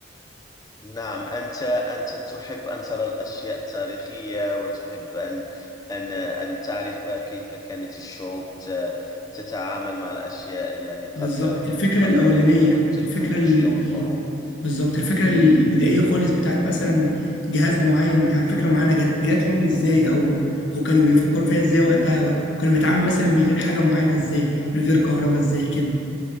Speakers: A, on the left; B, on the left.
A: نعم أنت أنت تحب أن ترى الأشياء التاريخية وتحب أن أن أن تعرف كيف كانت الشعوب ت- تتعامل مع الأشياء يعني قبل
B: بالظبط الفكرة
A: قبل
B: الأولانية
A: بزوغ التكنولوجيا
B: الفكرة ال...
A: والحروب.
B: ال... بالظبط الفكرة ال- البدائية خالص بتاعت مثلا جهاز معين بتاعت فكرة
A: مم.
B: معينة جت جات لهم ازاي أو أو كانوا بيفكروا فيها ازاي وقتها بقى كانوا بيتعاملوا مثلا من غير حاجة معينة ازاي من غير كهرباء ازاي كده